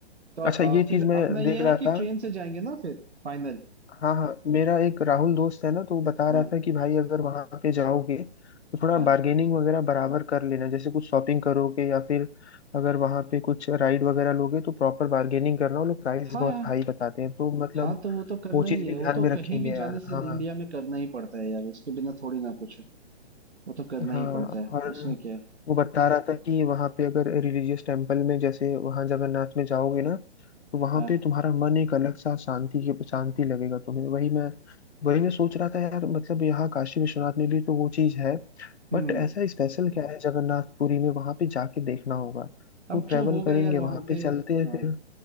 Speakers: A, on the right; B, on the left.
A: तो अ,
B: अच्छा ये
A: फिर
B: चीज मैं
A: अपना ये
B: देख रहा
A: है कि
B: था
A: ट्रेन से जाएंगे ना फिर फाइनल
B: हाँ हाँ मेरा एक राहुल दोस्त है ना तो वो बता
A: हाँ
B: रहा था कि भाई अगर वहाँ पे जाओगे तो थोड़ा
A: हाँ
B: बार्गेनिंग वगैरह बराबर कर लेना जैसे कुछ शॉपिंग करोगे या फिर अगर वहाँ पे कुछ राइड वगैरह लोगे तो प्रॉपर बार्गेनिंग करना वो लोग प्राइस
A: हाँ
B: बहुत हाई बताते हैं तो मतलब
A: हाँ तो वो तो करना
B: वो
A: ही
B: चीज़
A: है
B: भी
A: वो
B: ध्यान
A: तो
B: में रखेंगे
A: कहीं भी
B: यार
A: जाने से
B: हाँ हाँ।
A: इंडिया में करना ही पड़ता है यार उसके बिना थोड़ी ना कुछ है वो तो करना
B: हाँ
A: ही पड़ता है
B: और
A: उसमें क्या है
B: वो बता रहा था कि वहाँ पे अगर रिलीजियस टेम्पल में जैसे वहाँ जगन्नाथ में जाओगे ना तो वहाँ
A: हाँ
B: पे तुम्हारा मन एक अलग सा शांति की शांति लगेगा तुम्हें वही मैं वही मैं सोच रहा था यार मतलब यहाँ काशी विश्वनाथ में भी तो वो चीज़ है
A: हम्म
B: बट ऐसा स्पेशल क्या है जगन्नाथपुरी में वहाँ पे जाके देखना होगा
A: अब
B: तो ट्रेवल
A: जो होगा
B: करेंगे
A: यार वहां
B: वहाँ पे
A: पे
B: चलते हैं
A: हाँ
B: फिर